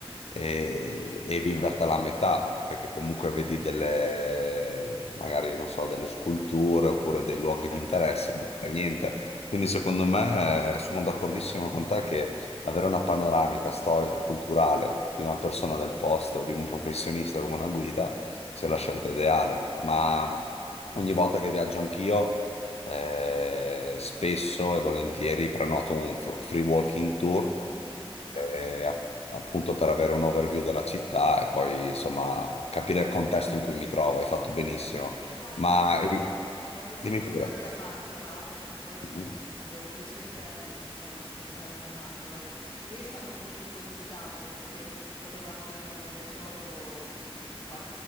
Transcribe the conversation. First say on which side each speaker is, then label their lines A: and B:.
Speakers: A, on the left; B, on the left.
A: e, e vivertela a metà, perché comunque vedi delle, magari, non so, delle sculture oppure dei luoghi
B: Certo,
A: di interesse, ma non fai niente. Quindi secondo me eh, sono d'accordissimo con te che avere una panoramica storica e culturale di una persona del posto, di un professionista come una guida, sia la scelta ideale, ma ogni volta che viaggio anch'io, eh, spesso e volentieri prenoto un f- free walking tour,
B: Mhm, esatto.
A: eh, a- appunto per avere un overview della città e poi insomma capire il contesto in cui mi trovo. Hai fatto benissimo,
B: E infatti
A: ma
B: quando,
A: eh,
B: quando siamo
A: dimmi pure.
B: stati a Mantova, perché poi siamo-
A: Mhm.
B: abbiamo preso il treno e ci siamo spostati a Mantova, lì è stato un po' più complicato perché potevamo rimanere solo, qual-